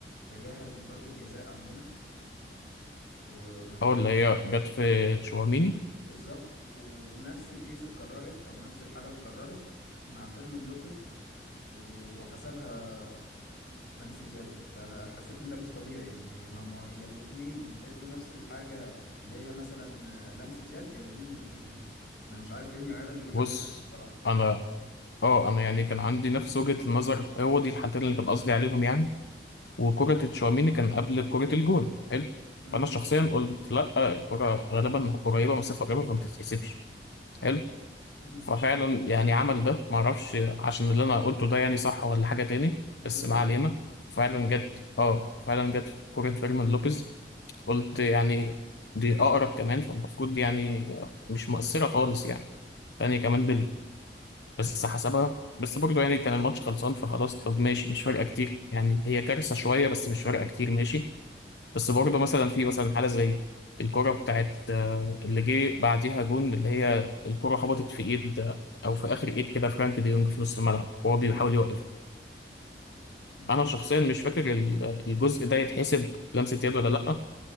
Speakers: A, on the left (about 70°); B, on the left (about 80°).
A: تجاهل ضربة جزاء عندنا وما اداها
B: اول اللي هي جت في تشواميني
A: بالظبط ونفس الكيس اتكررت او نفس الحالة اتكررت مع فيرمين لوبيز و- وحسبها لمسة يد فحسيت ان ده مش طبيعي يعني ما هم يا الاتنين يتحسبوا نفس الحاجة اللي هي مثلا آه، لمسة يد يا الاتنين ما يتحسبوش انا مش عارف ايه المعيار اللي حدد
B: بص
A: عليه بصراحة
B: انا اه انا يعني كان عندي نفس وجهة النظر هو دي الحالتين اللي كان قصدي عليهم يعني وكرة تشواميني كان قبل كرة الجون حلو
A: امم
B: فانا شخصيا قلت لا الكرة غالبا قريبة مسافة قريبة فما تتحسبش حلو
A: امم
B: ففعلا يعني عمل ده معرفش عشان اللي انا قلته ده يعني صح ولا حاجة تاني
A: في
B: بس
A: الغالب
B: ما علينا فعلا
A: إمم.
B: جت اه فعلا جت في كرة فيرمين لوبيز قلت يعني دي اقرب كمان فالمفروض دي يعني مش مؤثرة خالص يعني تانية كمان بس حسبها بس برضه يعني كان الماتش خلصان فخلاص طب ماشي مش فارقه كتير يعني هي كارثه شويه بس مش فارقه كتير ماشي بس برضه مثلا في مثلا حاله زي الكره بتاعت آه، اللي جه بعديها جون اللي هي الكره خبطت في ايد آه، او في اخر ايد كده فرانك دي يونج في نص الملعب وهو بيحاول
A: ايوه
B: يوقف
A: مم.
B: انا شخصيا مش فاكر ال- الجزء ده يتحسب لمسه يد ولا لا